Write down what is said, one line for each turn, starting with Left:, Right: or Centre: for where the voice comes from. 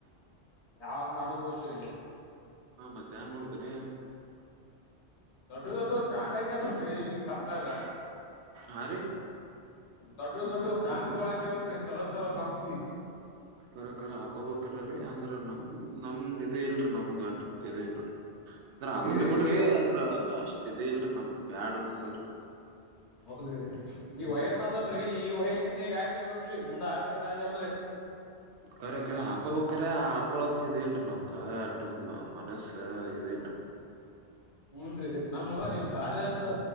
Left: ಯಾವಂದ್ ಸಣ್ಣ ತೋತಿರಿ
Right: ಹಾ ಮತ್ತೆ ಏನ್ ಮಾಡೋತರಿ
Left: ದೊಡ್ಡ ದೊಡ್ಡ ಪ್ರಾಣಂಡ್ ಹಾಕೇಬೇಕ್ರಿ ಈಗನ್ ಕಾಲಲ್ದಾಗ
Right: ಹಾ ರೀ
Left: ದೊಡ್ಡ ದೊಡ್ಡ ಬ್ರ್ಯಾಂಡ್ಗಳ ಹಾಕೇಬೇಕ್ರೀ ಚಲೋ ಚಲೋ ಕಂಪ್ನಿ
Right: ಕರಕರ ಹಾಕೋಬೇಕರೀ ಅಂದ್ರ ನಮ ನಮ ಇ ಇಲ್ರೀ ನಮ್ಗ ಆಟ ಇ ಇಲ್ರಿ ಅಂದ್ರ ಆಗ
Left: ಈ
Right: ಬಿಡ್ರಿ ಅಂದ್ರ
Left: ಈ
Right: ಅಷ್ಟ ಇಲ್ರಿ ನಮಗ ಬ್ಯಾಡ ಅನ್ಸ್ತರಿ
Left: ಹೌದ್ರಿ ಈ ವಯಸ್ ಅದಲ್ರರಿ ಈ ವಯಸ್ನಗ್ ಹಾಕೇ ಬ್ರಿ ಮುಂದ ಹಾಕದ ಆಗಲ್ರರಿ <inaudible>
Right: ಕಖರ ಕರೆ ಹಾಕೊಬ್ರ ಹಾಕೊಳಕ್ ಇದ ಇಲ್ರರಿ ನಮಕ ಮನಸ್ಸ ಇದ ಇಲ್ರಿ
Left: ಹೂನ್ ನಮ್ಮ ಈ ಕಾಲೇಜ